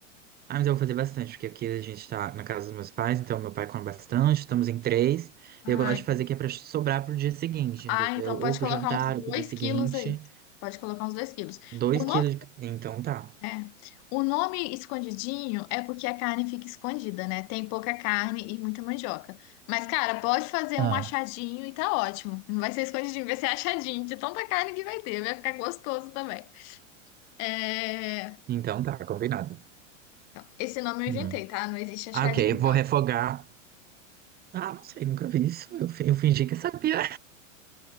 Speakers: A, on the right; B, on the left.
A: Ah, mas eu vou fazer bastante, porque aqui a gente tá na casa dos meus pais, então meu pai come bastante, estamos em três.
B: Ah,
A: Eu gosto de fazer que é pra sobrar pro dia seguinte,
B: ah,
A: entendeu?
B: então pode
A: Ou pro
B: colocar
A: jantar,
B: uns dois
A: ou pro dia seguinte.
B: quilos aí. Pode colocar uns dois quilos.
A: Dois
B: O nome
A: quilos de. ca- Então tá.
B: É. O nome escondidinho é porque a carne fica escondida, né? Tem pouca carne e muita mandioca. Mas, cara, pode fazer
A: Ah,
B: um achadinho e tá ótimo. Não vai ser escondidinho, vai ser achadinho de tanta carne que vai ter. Vai ficar gostoso também. É,
A: Então tá, combinado.
B: então, esse nome eu
A: Hum.
B: inventei, tá? Não existe achadinho,
A: Ah, Ok, vou
B: não.
A: refogar. Ah, não sei, nunca vi isso. Eu, fi- eu fingi que sabia.